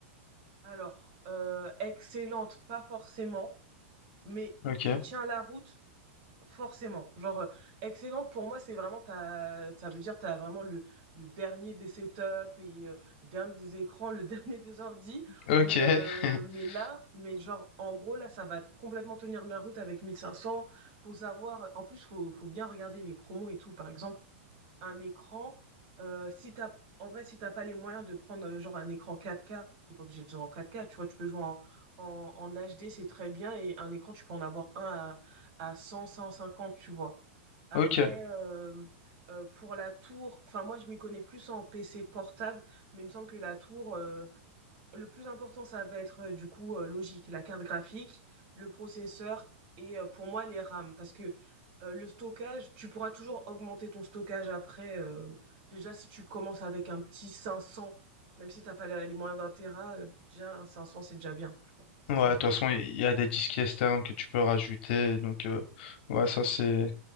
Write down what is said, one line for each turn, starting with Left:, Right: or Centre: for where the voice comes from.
Right: Alors, euh, excellente, pas forcément, mais
Left: Ok.
Right: qui tient la route, forcément. Genre, euh, excellente, pour moi, c'est vraiment, t'as, ça veut dire tu as vraiment le, le dernier des setups, et, euh, le dernier des écrans, le <laughs> dernier des ordis.
Left: Ok.
Right: Mais, euh,
Left: <laughs>
Right: mais là, mais genre, en gros, là, ça va complètement tenir la route avec mille cinq cents Faut savoir, en plus, faut, faut bien regarder les promos et tout. Par exemple, un écran, euh, si t'as, en vrai, si t'as pas les moyens de prendre euh, genre un écran quatre k t'es pas obligé de jouer en quatre k tu vois, tu peux jouer en, en, en HD, c'est très bien, et un écran, tu peux en avoir un à, à cent cent cinquante tu vois. Après,
Left: Ok,
Right: euh, euh, pour la tour, enfin, moi, je m'y connais plus en PC portable, mais il me semble que la tour, euh, le plus important, ça va être euh, du coup euh, logique, la carte graphique, le processeur et euh, pour moi les RAM. Parce que euh, le stockage, tu pourras toujours augmenter ton stockage après. euh, déjà, si tu commences avec un petit 500, même si t'as pas la- les moyens d'un téra, euh, déjà un 500, c'est déjà bien, tu vois, 500
Left: Ouais,
Right: gigas.
Left: de toute façon, il y a des disques externes que tu peux rajouter. Donc, euh, ouais, ça, c'est,